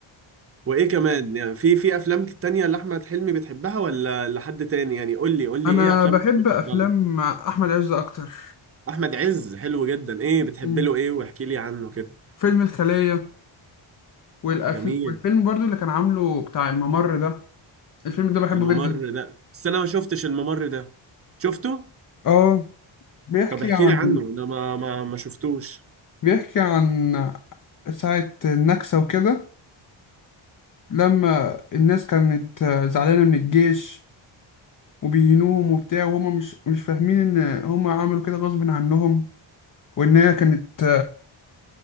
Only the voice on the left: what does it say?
انا
بحب
افلام احمد عز اكتر
مم.
فيلم الخلية والأفل...
والفيلم برضو اللي كان عامله بتاع الممر ده الفيلم ده بحبه
جدا
اه بيحكي
عن
بيحكي عن ساعة النكسة وكده لما الناس كانت زعلانة من الجيش وبيهنوهم وبتاع وهما مش مش فاهمين ان هما عملوا كده غصب عنهم وان هي كانت